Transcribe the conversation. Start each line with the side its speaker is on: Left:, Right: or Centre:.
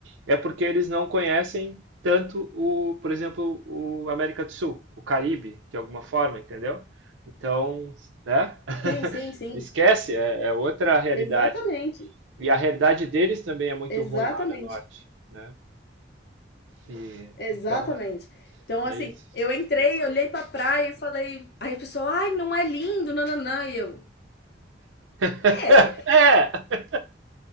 Right: é porque eles não conhecem tanto o, por exemplo, o América do Sul, o Caribe, de alguma forma, entendeu? Então, né? <laughs>
Left: Sim, sim, sim.
Right: Esquece, é, é outra realidade.
Left: Exatamente,
Right: E a realidade deles também é muito
Left: exatamente.
Right: ruim lá no norte, né? E,
Left: Exatamente.
Right: então é,
Left: Então,
Right: é
Left: assim,
Right: isso.
Left: eu entrei, olhei pra praia e falei. Aí o pessoal, ai, não é lindo, nananã. E eu,
Right: <laughs>
Left: é.